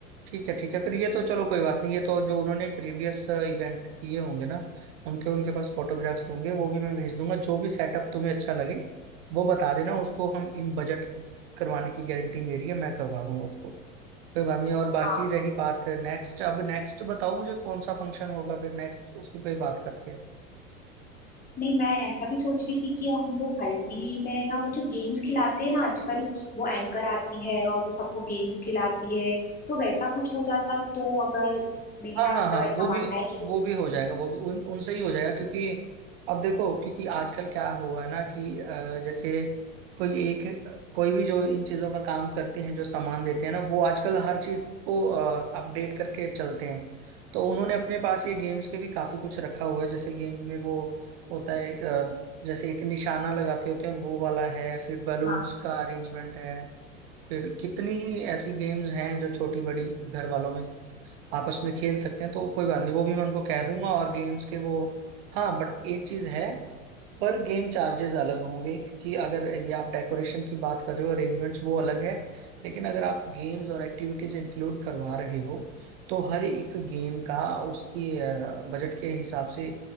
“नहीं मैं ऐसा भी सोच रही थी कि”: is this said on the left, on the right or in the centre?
Left